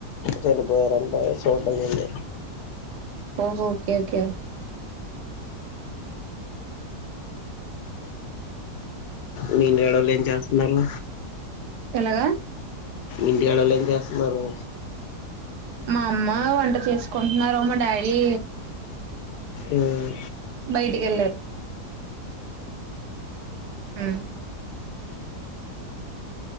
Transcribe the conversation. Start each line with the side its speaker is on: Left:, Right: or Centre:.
Left: చనిపోయారంట చూడ్డం వెళ్ళి
Right: ఓహో ఓకే ఓకే
Left: మీ నీడ లే చేస్తున్నరు
Right: ఎలాగ
Left: ఇంటికాడొల్లు ఏం చేస్తున్నారు
Right: మా అమ్మ వంట చేసుకుంటున్నారు మా డాడీ
Left: ఉమ్
Right: బయటికి వెళ్ళారు ఉమ్